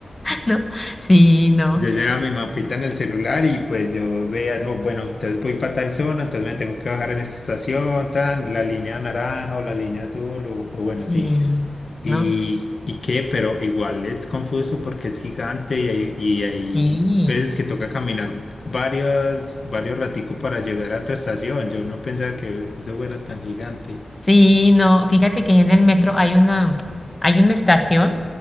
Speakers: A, on the left; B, on the left.
A: ¿no? Sí, no,
B: Yo llevaba mi mapita en el celular y pues yo veía, no, bueno, entonces voy para tal zona, entonces me tengo que bajar en esta estación, tan, la línea naranja o la línea azul o, o bueno,
A: sí,
B: así. ¿Y,
A: ¿no?
B: y qué? Pero igual es confuso porque es gigante y hay, y hay
A: Sí.
B: veces que toca caminar varias, varios raticos para llegar a otra estación. Yo no pensaba que eso fuera tan gigante.
A: Sí, no, fíjate que en el metro hay una, hay una estación